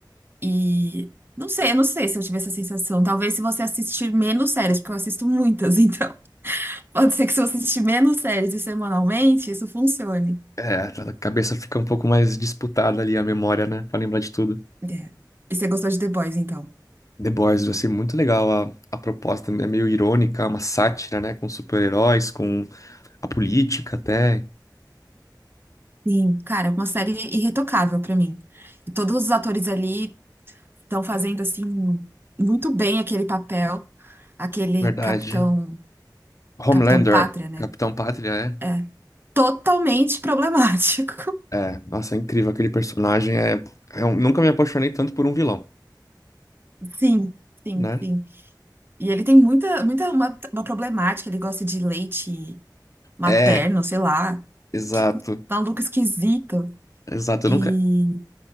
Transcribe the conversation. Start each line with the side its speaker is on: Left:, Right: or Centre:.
Right: E não sei, eu não sei se eu tive essa sensação. Talvez se você assistir menos séries, porque eu assisto muitas, <laughs> então pode ser que se você assistir menos séries e semanalmente, isso funcione.
Left: É, a cabeça fica um pouco mais disputada ali, a memória, né? Pra lembrar de tudo.
Right: É. E você gostou de The Boys, então?
Left: The Boys, eu achei muito legal a, a proposta, é meio irônica, uma sátira, né? Com super-heróis, com A política até.
Right: Sim. Cara, é uma série irretocável pra mim. E todos os atores ali estão fazendo assim muito bem aquele papel, aquele
Left: Verdade.
Right: capitão,
Left: Homelander,
Right: Capitão Pátria, né?
Left: Capitão Pátria,
Right: É totalmente problemático.
Left: é. É, nossa, é incrível aquele personagem. É, eu nunca me apaixonei tanto por um vilão,
Right: <laughs> Sim, sim,
Left: né?
Right: sim. E ele tem muita, muita uma, uma problemática, ele gosta de leite materno,
Left: É,
Right: sei lá,
Left: exato.
Right: que maluco esquisito.
Left: Exato, eu
Right: E
Left: nunca.